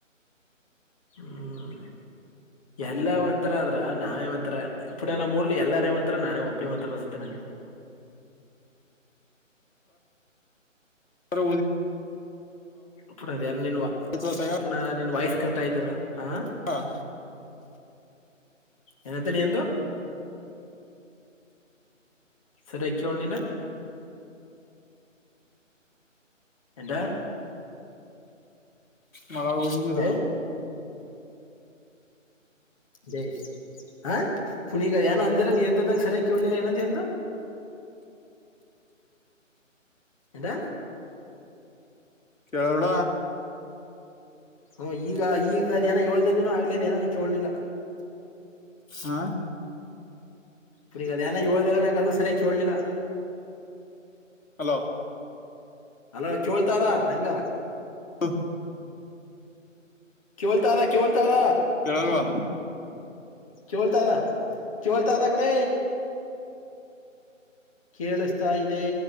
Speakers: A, on the left; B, on the left.
A: ಹ್ಮ್ ಎಲ್ಲಾ ಒಂಥರ ಆದ್ರ ನಾವೇ ಒಂಥರ ಇು ನಮ್ಮ ಮೂರ್ಲಿ ಎಲ್ಲಾರ ಒಂಂತರ ನಾನೇ ಒಬ್ಬಿ ಒಂಂತರನಸುತ್ತೇನೆ
B: ದ
A: ಪುನಃ ಯಾರ ನಿನ್
B: ಆಯ್ತು ಅತ್ತಾಗ
A: ಪುನಃ ನಿನ್ ವಾಯ್ಸ್ ಕಟ್ ಆಯ್ತವದ ಹ
B: ಹಾಂ
A: ಏನಂತ ನೀಂದು ಸರ ಕ ಅಲಿಲ್ಲಾ ಎಂತ
B: ಮಳ ಊಷರ
A: ದೇ ಜೈ ಹ ಪುನೀಗ ಏನ ಅಂದಲ್ಲ ನೀ ಎಂತಂಗಗೆ ಸರಿಯಾಗಿ ಕೇಳಳ್ಲಿಲ್ಲ ಏನಂತ ಎಂದು ಎಂತಾ
B: ಕೆರಳ
A: ಹ ಈಗ ಈಗ ಅದೇಏನೋ ಹೇಳ್ದ ನೀನು ಆಗ್ಲ ಅ ಏನಾನ ಕೇಳಳ್ಲಿಲ್ಲ
B: ಹಾ
A: ಪು ಅದ ಏನ ಏಳ್ ಲ್ಲ ನಂ ಅದು ಸರಿಯಾಗಿ ಕೇಳ್ಲಿಲ್ಲ
B: ಹಲೋ
A: ಅಲೋ ಚೋಳ್ತಾರ ನಂಗ
B: ಹಾ
A: ಕವಳ್ತಾಾದಾ ಕವಳ್ತಾದಾ
B: ಕೆೇಳಲ್ವಾ
A: ಕೇಳ್ತದ ಕವಳ್ತದ ಕೂಡ ಕೇಳಿಸ್ತಾ ಇದೆ